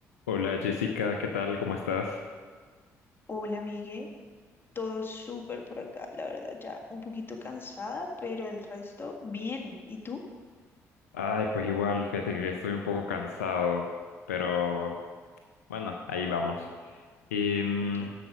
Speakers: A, on the left; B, on the left.
A: Hola Jessica, ¿qué tal? ¿Cómo estás?
B: Hola, Migue. Todo súper por acá, la verdad, ya un poquito cansada, pero el resto bien. ¿Y tú?
A: Ay, pues igual, fíjate que estoy un poco cansado, pero bueno, ahí vamos. Y mm,
B: Ok.